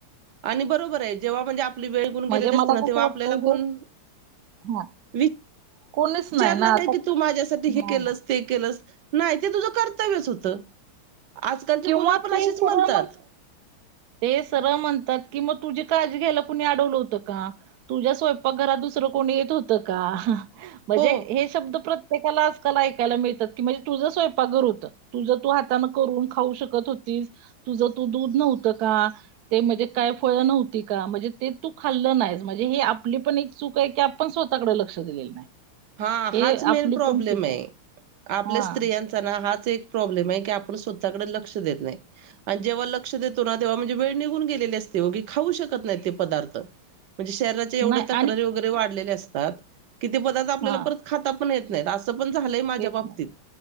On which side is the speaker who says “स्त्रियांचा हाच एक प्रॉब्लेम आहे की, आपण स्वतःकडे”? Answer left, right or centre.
Right